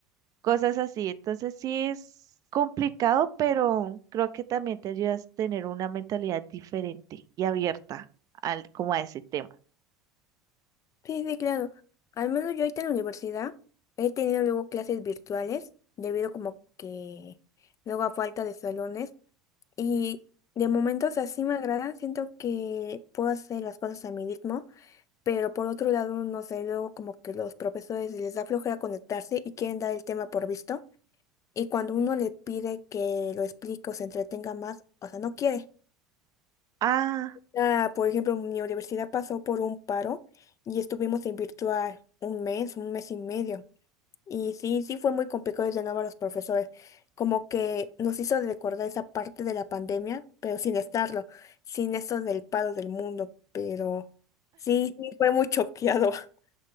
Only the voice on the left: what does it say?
Sí, sí, claro. Al menos yo ahorita en la universidad he tenido luego clases virtuales debido como que luego a falta de salones y de momentos así me agradan, siento que puedo hacer las cosas a mi ritmo, pero por otro lado, no sé, luego como que los profesores les da flojera conectarse y quieren dar el tema por visto y cuando uno le pide que lo explique o se entretenga más, o sea, no quiere.
Ah, por ejemplo, mi universidad pasó por un paro y estuvimos en virtual un mes, un mes y medio. Y sí, sí fue muy complicado de nuevo a los profesores. Como que nos hizo recordar esa parte de la pandemia, pero sin estarlo, sin eso del paro del mundo. Pero sí, sí fue muy choqueado. <laughs>